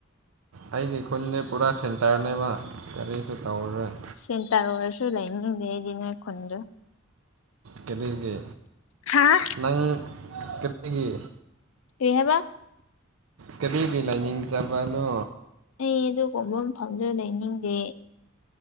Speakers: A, on the right (about 75°); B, on the left (about 70°).
A: ꯑꯩꯒꯤ ꯈꯨꯟꯅꯦ ꯄꯨꯔꯥ ꯁꯦꯟꯇꯔꯅꯦꯕ ꯀꯔꯤꯁꯨ ꯇꯧꯔꯔꯣꯏ
B: ꯁꯦꯟꯇꯥꯔ ꯑꯣꯏꯔꯁꯨ ꯂꯩꯅꯤꯡꯗꯦ ꯑꯩꯗꯤ ꯅꯣꯏ ꯈꯨꯟꯗꯣ
A: ꯀꯔꯤꯒꯤ
B: ꯍꯥꯥ
A: ꯅꯪ ꯀꯔꯤꯒꯤ
B: ꯀꯔꯤꯍꯥꯏꯕ
A: ꯀꯔꯤꯒꯤ ꯂꯩꯅꯤꯡꯗꯕꯅꯣ
B: ꯑꯩ ꯑꯗꯨꯒꯨꯝꯕ ꯃꯐꯝꯗ ꯂꯩꯅꯤꯡꯗꯦ